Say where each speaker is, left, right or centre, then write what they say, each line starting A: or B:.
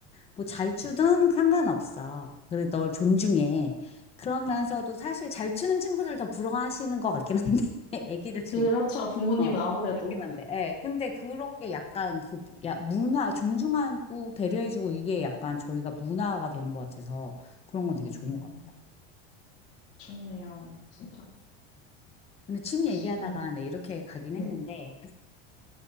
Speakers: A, on the left; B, on the left.
A: 뭐 잘 추든 상관없어. 그래, 널 존중해.
B: 음.
A: 그러면서도 사실 잘 추는 친구들 더 부러워하시는 것 같긴 한데, <laughs> 애기들 중에.
B: 그렇죠. 부모님은
A: 어,
B: 아무래도.
A: 그렇긴 한데, 예. 근데 그런 게 약간 그, 야, 문화, 존중하고 배려해주고 이게 약간 저희가 문화가 되는 것 같아서 그런 건
B: 음,
A: 되게 좋은 것 같아요.
B: 좋네요. 진짜.
A: 근데 취미
B: 확실히.
A: 얘기하다가 네, 이렇게 가긴
B: 네,
A: 했는데,